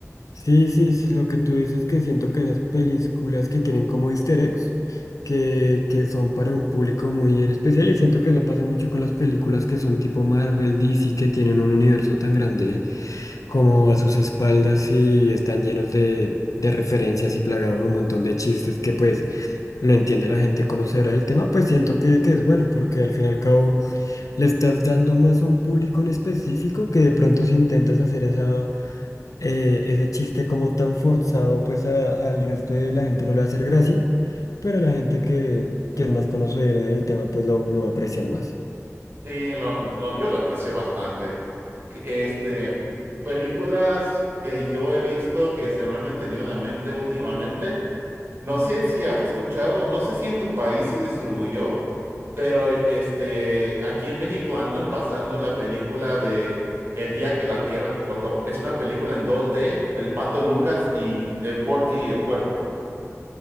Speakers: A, on the left; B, on the right.
A: Sí, sí, sí, lo que tú dices que siento que esas películas que tienen como easter eggs. que, que son para un público muy en especial y siento que eso pasa mucho con las películas que son tipo Marvel, DC, que tienen un universo tan grande como a sus espaldas y están llenos de, de referencias y plagados de un montón de chistes que pues lo entiende la gente conocedora del tema, pues siento que, que es bueno porque al fin y al cabo le estás dando más a un público en específico que de pronto si intentas hacer esa, eh, ese chiste como tan forzado, pues a- al resto de la gente no le va a hacer gracia, pero la gente que, que es más conocedora del tema, pues lo, lo va a apreciar más.
B: Sí, lo- lo- yo lo aprecio bastante. Que- Este, películas que yo he visto que se me han mantenido en la mente últimamente. No sé si has escuchado, no sé si en tu país se distribuyó, pero este, aquí en México andan pasando la película de El día que la Tierra explotó. Es una película en dos d del Pato Lucas y el Porky y el Puerco.